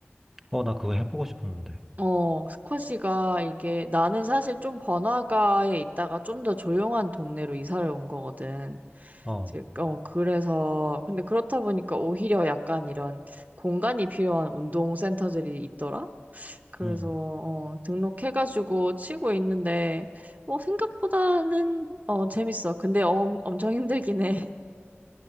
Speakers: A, in the centre; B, on the right.
A: 어, 나 그거 해보고 싶었는데.
B: 어 스쿼시가 이게 나는 사실 좀 번화가에 있다가 좀 더 조용한 동네로 이사를 온 거거든
A: 어,
B: 이제, 어 그래서 근데 그렇다 보니까 오히려 약간 이런 공간이 필요한 운동 센터들이 있더라 그래서
A: 응.
B: 어, 등록해가지고 치고 있는데 뭐 생각보다는 어, 재밌어. 근데 엄, 엄청 힘들긴 해.